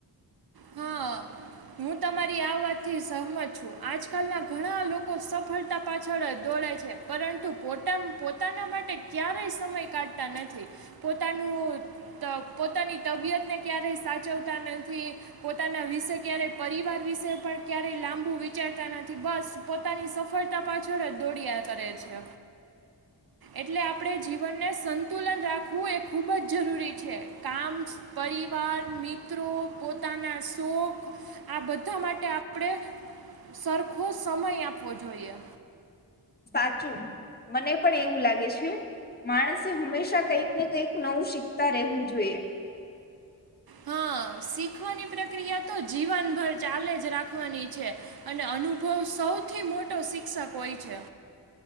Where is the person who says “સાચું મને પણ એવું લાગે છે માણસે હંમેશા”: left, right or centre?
Left